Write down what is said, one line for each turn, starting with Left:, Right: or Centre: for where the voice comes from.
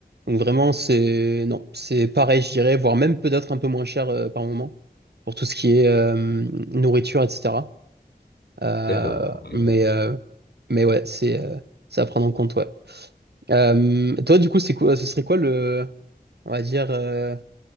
Right: Donc, vraiment, c'est, non, c'est pareil, je dirais, voire même peut-être un peu moins cher euh, par moment pour tout ce qui est euh, nourriture, etc. Euh,
Left: D'accord. on va
Right: mais, euh, mais ouais, c'est euh, c'est à prendre en compte, ouais. Euh, toi, du coup, c'est quoi, ce serait quoi le, on va dire, euh,